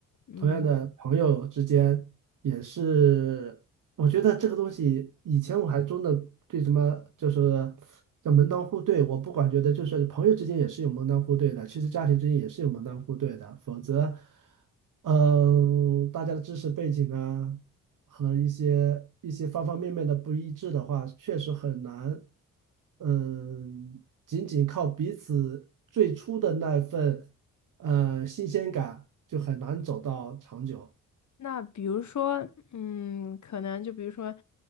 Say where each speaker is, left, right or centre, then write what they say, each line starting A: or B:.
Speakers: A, on the left; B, on the right.
A: 嗯。
B: 同样的朋友之间也是，我觉得这个东西以前我还真的对什么就是叫门当户对，我不管觉得就是朋友之间也是有门当户对的，其实家庭之间也是有门当户对的，否则，嗯，大家的知识背景啊和一些一些方方面面的不一致的话，确实很难，嗯，仅仅靠彼此最初的那份。呃，新鲜感就很难走到长久，
A: 那比如说，嗯，可能就比如说，